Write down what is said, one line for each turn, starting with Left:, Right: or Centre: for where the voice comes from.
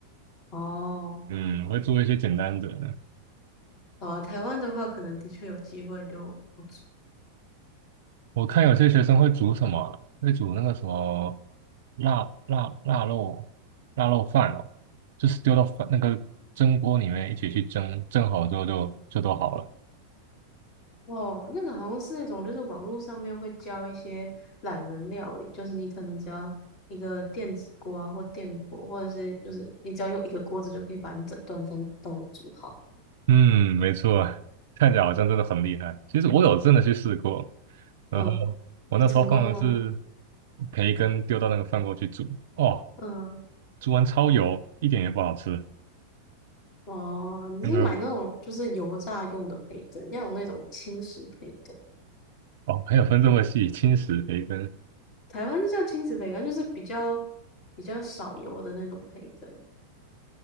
Left: 哦，
Right: 嗯，我会做一些简单的。
Left: 好啊，台湾的话，可能的确有机会就不做。
Right: 我看有些学生会煮什么，会煮那个什么腊腊腊肉腊肉饭哦，就是丢到饭那个蒸锅里面一起去蒸，蒸好之后就就都好了。
Left: 哦，那个好像是那种，就是网络上面会教一些懒人料理，就是你可能只要一个电子锅啊，或电锅，或者是就是你只要用一个锅子就可以把你整顿饭都煮好。
Right: 嗯，没错，看起来好像真的很厉害。其实我有真的去试过，然后
Left: 嗯，
Right: 我那时候放的是
Left: 成功吗？
Right: 培根丢到那个饭锅去煮，哦，
Left: 嗯。
Right: 煮完超油，一点也不好吃。
Left: 哦，你是买那种就是油炸用的培根，
Right: 那个
Left: 要有那种轻食培根。
Right: 哦，还有分这么细，轻食培根，
Left: 台湾是叫轻食培根，就是比较比较少油的那种培根，